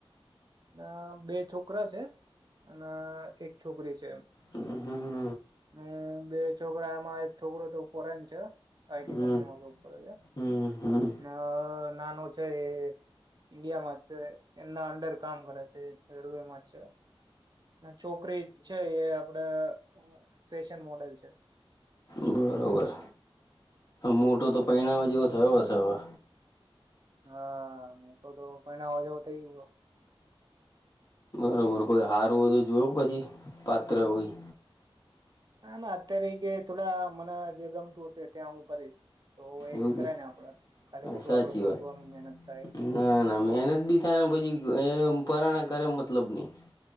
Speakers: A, on the right (about 45°); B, on the left (about 45°).
A: અ બે છોકરા છે અને એક છોકરી છે.
B: હમ્મ.
A: હ બે છોકરામાં એક છોકરો તો ફોરેન છે હ. આઈ ટી
B: હમ
A: કંપનીમાં જોબ કરે છે હ.
B: હમ હમ
A: અ નાનો છે એ ઈન્ડિયામાંજ છે એમના અંંડર કામ કરે છે. રલવેમાં જ છે અને છોકરી છે એ આપ ડ ફેશન મોડલ છે.
B: બરોબર. મોટો તો પહેણાવા જેવો થયો હશે હવે.
A: હા હ મોટો તો પહણાવા જેવો થઈ ગયો.
B: બરોબર કોઈ હારુ હોય તો જોય પછી પાત્ર કોઈ.
A: ના ના અત્યારે કે થોડા મને જે ગમતું હશે ત્યાં હું કરીશ. તો એજ
B: એવું
A: કરાય
B: કે
A: ને આપડે ખાલી
B: હા
A: ખોટું
B: સાચી
A: આપડે પોતવાનું
B: વાત
A: મહેનત થાય
B: ના ના મહેનત બી થાય પછી એમ પરાણા કરે મતલબ નહીં